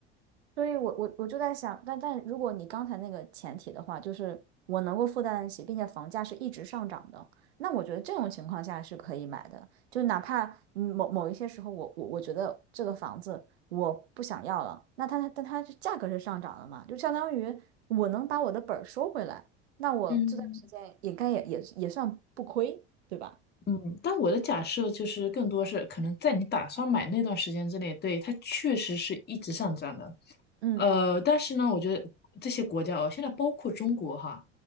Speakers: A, on the right; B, on the left.
A: 所以我我我就在想，但但如果你刚才那个前提的话，就是我能够负担得起，并且房价是一直上涨的，那我觉得这种情况下是可以买的。就哪怕嗯某某一些时候我，我我觉得这个房子我不想要了，那它但它是价格是上涨了嘛，就相当于我能把我的本儿收回来，那我这段时间也该也也也算不亏，
B: 嗯
A: 对吧？
B: 嗯，但我的假设就是更多是可能在你打算买那段时间之内，对，它确实是一直上涨的，
A: 嗯
B: 呃，但是呢，我觉得这些国家哦，现在包括中国哈，